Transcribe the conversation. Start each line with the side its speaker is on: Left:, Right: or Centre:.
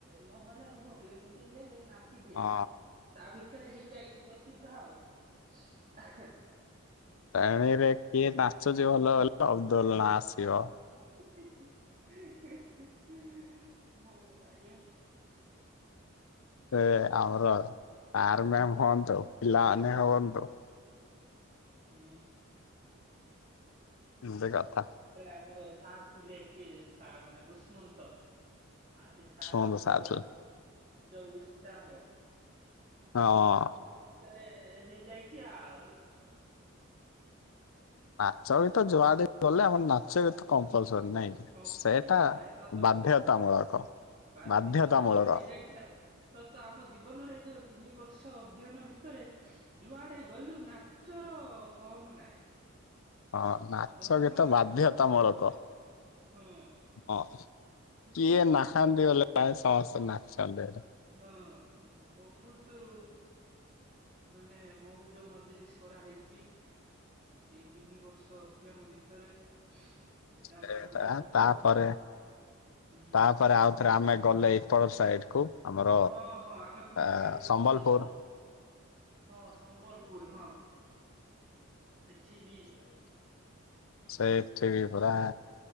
Right: ନହେଲେ ହବ କି ଏମିତିରେ ନାଚ୍ କି ଦିଆହେଲା।
Left: ଅ
Right: ତା ଭିତରେ ହେଇଯାଇଚି ପ୍ରସିଦ୍ଧ ଆଉ।
Left: ପାଣୀରେ କିଏ ନାଚୁଛି ଭଲ ହେଲେ ଅବଦୁଲ୍ ନା ଆସିବ।
Right: ହି ହି ହି ହେଁ ହେ ହଁ ମୋର ଆଜ୍ଞା?
Left: ସେ ଆମର ଆର୍ ମ୍ୟାମ୍ ହୁଅନ୍ତୁ। ପିଲାମାନେ ହୁଅନ୍ତୁ।
Right: ହୁଁ।
Left: ଏମତି କଥା।
Right: ସାର୍ ଆମର ସାର୍ ଥିଲେ କିଏ ଯେ ସାରଙ୍କ ନା ଦୁଷ୍ମନ୍ତ। ଆଉ ସେ ସାରଙ୍କର
Left: ଶୁଣନ୍ତୁ ସାର୍ ଥିଲେ
Right: ଯୋଉ ଉତ୍ସାହ
Left: ହଁ।
Right: ତା ଭିତରେ ହେଇଯାଇଛି ଆଉ।
Left: ନାଚ ଗୀତ ଜୁଆଡିକି ଗଲେ ଆମର ନାଚ ଗୀତ କମ୍ପଲସରୀ ନାଇଁ? କି?
Right: କମିବାର
Left: ସେଇଟା
Right: ନାଇଁ ସତ
Left: ବାଧ୍ୟତାମୂଳକ
Right: କଥା ବାଧ୍ୟତା
Left: ବାଧ୍ୟତାମୂଳକ।
Right: ହଁ ହେଇଯାଇଥିଲା। ସତ ଆମ ଜୀବନରେ ଏଇ ଯୋଉ ତିନି ବର୍ଷ ଅଧ୍ୟୟନ ଭିତରେ ଯୁଆଡେ ଗଲୁ ନାଚର କମ୍ ନାହିଁ।
Left: ହଁ ନାଚ
Right: ଜମା
Left: ଗୀତ
Right: ନାଚର
Left: ବାଧ୍ୟତା
Right: କମି
Left: ମୂଳକ!
Right: ନାହିଁ ହଁ
Left: ହଁ
Right: ବହୁତ
Left: କିଏ ନାହାନ୍ତି ହେଲେ ପ୍ରାୟ ସମସ୍ତେ ନାଚନ୍ତି ଏଠେ
Right: ହ ବହୁତୁ ମାନେ ମଉଜ ମଜଲିସ୍ କରାହେଇଚି। ଏଇ ତିନି ବର୍ଷ ଅଧ୍ୟୟନ ଭିତରେ ସେଟା
Left: ସେଇଟା
Right: ନା ଭୁଲି ହବ
Left: ତାପରେ
Right: ହୁଁ
Left: ତାପରେ ଆଉ ଏଥର ଆମେ ଗଲେ ଏଇପଟ ସାଇଡ କୁ? ଆମର
Right: ହଁ ହଁ ଆମେ ପୁଣି
Left: ଆ
Right: ଯାଇଥିଲୁ
Left: ସମ୍ବଲପୁର
Right: କଣ ହେଇଚି ତ? ହଁ ସମ୍ବଲପୁର ହଁ। ସେଠି ବି
Left: ସେଇଠି ବି ପୁରା